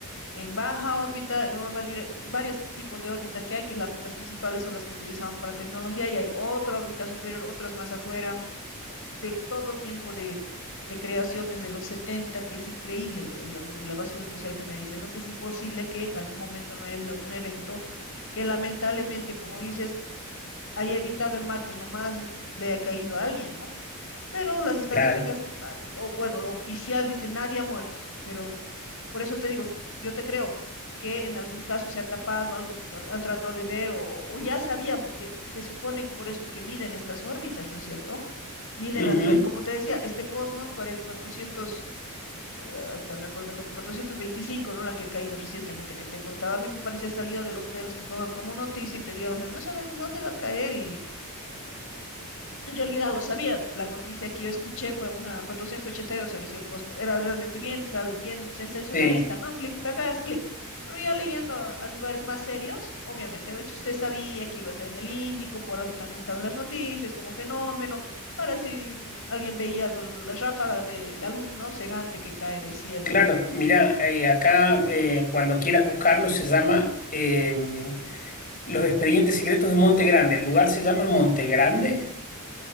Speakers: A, on the left (about 65°); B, on the left (about 40°).
A: en baja órbita, en orba dire- varios tipos de órbita que hay, que la- las principales son las que utilizamos para tecnología y hay otra órbita superior, otras más afuera, de todo tiempo de, de creaciones de los setenta que es increíble, o sea, lo- lo de la basura especial que me dices, ¿no? Que es imposible que en algún momento no haya habido algún evento que lamentablemente, como dices, haya evitado el mar, que es lo más, le ha caído a alguien, ¿no? pero las estadísticas,
B: claro.
A: ah, o bueno, lo oficial dice nadie ha muerto, pero por eso te digo, yo te creo que en algún caso se ha tapado, algo s- ah, han tratado de ver o, o ya sabían, porque se supone por eso que miden estas órbitas, ¿no es cierto? Miden
B: Ujú.
A: las, tra- como te decía, este Cosmos 40 400, eh, ahorita no me acuerdo el número, 425, ¿no? La que ha caído recientemente que te contaba, a mí me parecía salido de los pelos que pongan como noticia y te digan, no sabemos dónde va a caer y en realidad lo sabían. La noticia que yo escuché fue una cuatrocientos ochenta y dos aviso del Cosmos. Era realmente bien, sal- bien sensacionalista,
B: Sí,
A: ¿no? Clic, pagas, clic. Pero ya leyendo a, a lugares más serios, obviamente ¿no? se sabía que iba a ser en el Índico, por algo también estaban las noticias como fenómeno, para si alguien veía la ráfaga de la luz, ¿no? Cegante que cae del cielo,
B: claro.
A: ¿no?
B: Mira, acá eh, cuando quieras buscarlo se llama em, Los Expedientes Secretos de Monte Grande. El lugar se llama Monte Grande